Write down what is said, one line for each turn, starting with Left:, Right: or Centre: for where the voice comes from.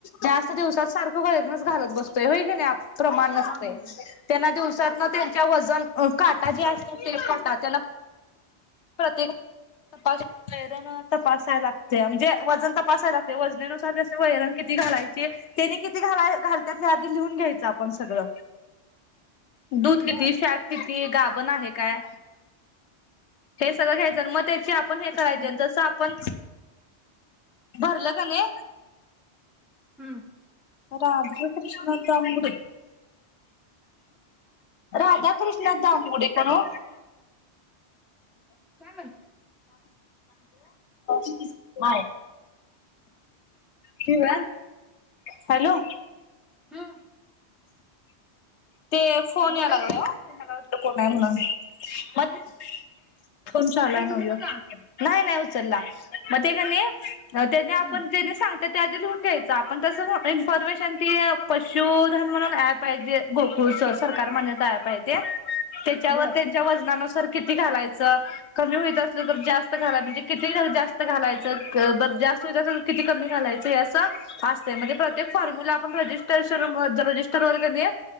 Left: जास्त दिवसात सारखं वैरनच घालत बस तोय व्हय कनि प्रमाण नसतय
Centre: हा हा हा
Left: त्यांना दिव त्यांच्या वजन काटा जे असत ते कटा त्याला प्रतेक <unintelligible> वैरण तपासाय लागत्या म्हणजे वजन तपासाय लागतय वजनेनुसार त्यास्नी वैरण किती ती घालायचे तेनी किती घालाय घालत्यात ते लिहून घ्यायच आपण सगळ दूध किती,
Centre: बर
Left: फॅट किती, गाबण आहे काय हे सगळ घ्यायचं मग त्याची आपण हे
Centre: असं
Left: करायची
Centre: म्हणा
Left: आणि
Centre: ना.
Left: जस आपण भरलं कने
Centre: हम्म.
Left: राधाई कृष्णात जांबुडे. राधा कृष्णात दामबुडे कोण ओ?
Centre: काय म्हण
Left: <inaudible> <unintelligible> हॅलो.
Centre: हम्म
Left: ते फोन
Centre: बोला
Left: या लागलाय
Centre: घ्या
Left: ओ. कोण हाय म्हणून मत फोन चालू हाय
Centre: उचलू
Left: नव्ह ह्यो
Centre: नका
Left: नाय नाय उच चल्ला म कनि अ तेनी आपण
Centre: हम्म
Left: तेनी सांग त्यात ते आधी लिहून घ्यायचं आपण तसच इन्फॉर्मेशन ती पशू धन म्हणून ऍप आहे जे गोकुळच सरकार मान्यता ऍप आहे ते. तेच्यावर
Centre: बर
Left: त्यांच्या वजनानुस तर किती घालायच कमी होइत असलं तर जास्त घाला म्हणजे कती ढ जास्त घालायच क दद जास्त हुईत असल किती कमी घालायचं हे असं असतय म्हणजे प्रत्येक फॉर्म्युला आपण रिस्टर शुरुमध च रजिस्टर वरकानही